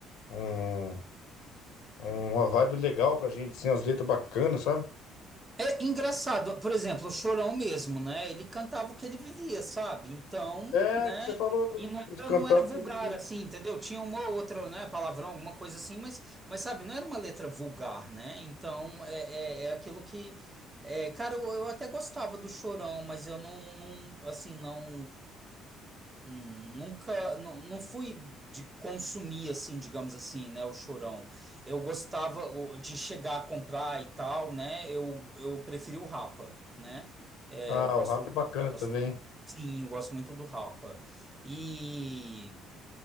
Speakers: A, on the left (about 80°); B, on the right (about 20°).
A: um, um- uma vibe legal pra gente, assim, as letras bacanas, sabe?
B: É engraçado, por exemplo, o Chorão mesmo, né? Ele cantava o que ele vivia, sabe? Então,
A: É,
B: né?
A: que você falou
B: E não
A: ele
B: era,
A: cantava
B: não era vulgar,
A: que vivia.
B: assim, entendeu? Tinha uma ou outra, né, palavrão, alguma coisa assim, mas, mas sabe, não era uma letra vulgar, né? Então, é, é, é aquilo que. é, cara, eu, eu até gostava do Chorão, mas eu não, não, assim, não. Hum, nunca, não, não fui de consumir assim, digamos assim, né, o Chorão. Eu gostava o- de chegar a comprar e tal, né? Eu, eu preferi o Rapa, né? É,
A: Ah,
B: eu gosto,
A: o rap é bacana
B: gosto,
A: também.
B: sim, eu gosto muito do Rapa. E